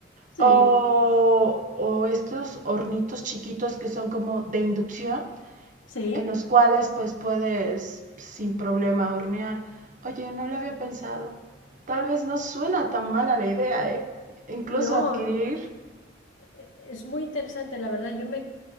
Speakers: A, on the left; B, on the right.
A: Sí.
B: o, o estos hornitos chiquitos que son como de inducción,
A: Sí.
B: en los cuales pues puedes sin problema hornear. Oye, no lo había pensado. Tal vez no suena tan mala la idea, ¿eh? Incluso
A: No,
B: adquirir
A: Eh, Es muy interesante, la verdad. Yo me